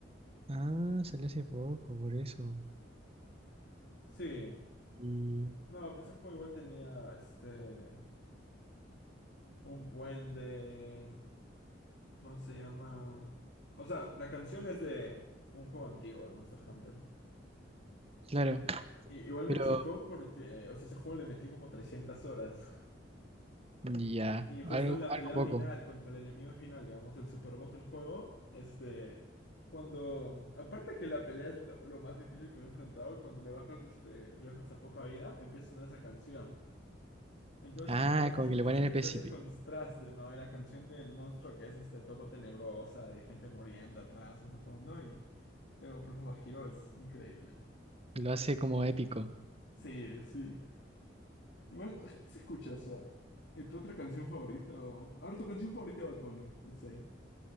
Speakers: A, on the right (about 30°); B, on the left (about 60°).
A: Ah, salió hace poco, por eso.
B: Sí.
A: Y
B: No, pues ese juego igual tenía este un buen de. ¿Cómo se llama? O sea, la canción es de un juego antiguo de Monster Hunter.
A: claro,
B: Y, igual
A: pero
B: me chocó porque, o sea, ese juego le metí como 300 horas.
A: ya,
B: Y justo
A: algo,
B: en la
A: algo
B: pelea
A: poco.
B: final contra el enemigo final, digamos, el super boss del juego, este. Cuando. Aparte que la pelea es lo, lo más difícil que me he enfrentado, cuando le bajas este. Lo dejas a poca vida, empieza a sonar esa canción. Entonces
A: Ah,
B: se
A: como
B: hace,
A: que
B: el,
A: le
B: se
A: ponen
B: hace el-
A: el
B: se hace-
A: principio.
B: se hace el contraste, ¿no? De la canción del monstruo que es este topo tenebrosa de gente muriendo atrás en el fondo y luego Proof of a Hero es increíble.
A: Lo hace como épico.
B: Sí, sí. Igual eh, sí se escucha eso. ¿Y tu otra canción favorita? o- A ver, tu canción favorita de Bad Bunny, let's say.